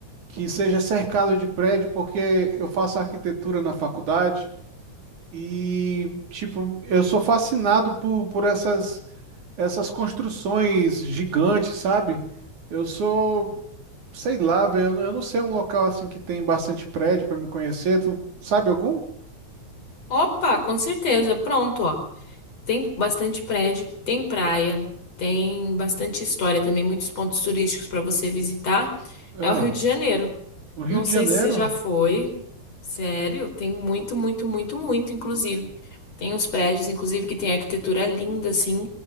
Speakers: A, on the right; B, on the left.
A: que seja cercado de prédio, porque eu faço arquitetura na faculdade e, tipo, eu sou fascinado por, por essas, essas construções gigantes, sabe? Eu sou, sei lá, velho, eu, não- eu não sei um local assim que tem bastante prédio para me conhecer. Tu sabe algum?
B: Opa, com certeza, pronto, ó. Tem bastante prédio, tem praia, tem bastante história também, muitos pontos turísticos pra você visitar.
A: Ah,
B: É o Rio de Janeiro.
A: o Rio
B: Não
A: de
B: sei
A: Janeiro?
B: se você já foi. Sério, tem muito, muito, muito, muito, inclusive. Tem uns prédios, inclusive, que tem arquitetura linda, assim,